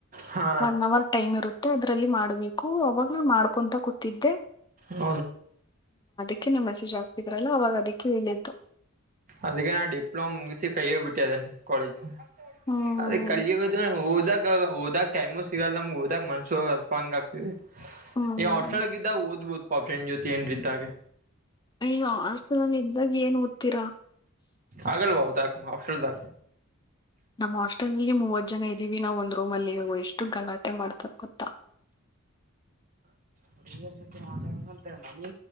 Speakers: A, on the right; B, on the left.
A: ಹಾ
B: ಒನ್ ಅವರ್ ಟೈಮ್ ಇರುತ್ತೆ ಅದ್ರಲ್ಲಿ ಮಾಡ್ಬೇಕು ಅವಾಗ ನಾ ಮಾಡ್ಕೊಂತ ಕೊಟ್ಟಿದ್ದೆ
A: ಹ
B: ಅಕ್ಕ ಮೆಸೇಜ್ ಆಾತಿದ್ರಲ್ಲ್ಲ ಅವಾಗ ಅದಿಕ್ಕೆ ಹೇಳಿದ್ದು
A: ಅದಕ್ಕೆ ನಾ ಡಿಪ್ಲೊಮ ಮುಗಿಸಿ ಕೈ ಹೋಗ್ಬಿಟ್ಟೆ ಅದನ್ನ ಕಾಲೇಜ್
B: ಹ್ಮ್
A: ಅದೇ ಕಲ್ಲಿ ಹೋದ ಹೋದಾಗ ಓದಾಗ ಟೈಮು ಸಿಗಲ್ಲ ನಮ್ಗೆ ಓದಕ್ ಮನ್ಸು ಅಲ್ಪ ಹಂಗ ಆಗ್ತದೆ
B: ಹ್ಮ್
A: ಈ ಹಾಸ್ಟೆಲಾಲ್ಲಿದಾಗ ಓದಬೋದ ಫ್ರೆಂಡ್ ಜೋತಿ ಏನ್ ಇದಿದ್ದಾಗೆ
B: ಅಯ ಹಾಸ್ಟೆಲ್ ಅಲ್ಲಿ ಇದ್ದಾಗ ಏನ್ ಓದ್ತೀರಾ
A: ಆಗಲ್ಲ ಬಾವ ತಕ ಮಾ ಅಷ್ಟಲ್ ತಾ
B: ನಮ್ಮ್ ಆಸ್ಟೆಲ್ಗೆ ಮೂವ ಜನ ಇದ್ದೀವಿ ನಾವ್ ಒಂದ್ ರೂಮ್ ಅಲ್ಲಿ ಇಷ್ಟು ಗಲಾಟೆ ಮಾಡ್ತಾರ ಗೊತ್ತ
A: ಹುಡುಗಿಯರ ಜೊತೆ ಮಾತಾಡ್ಂತ ಮಿ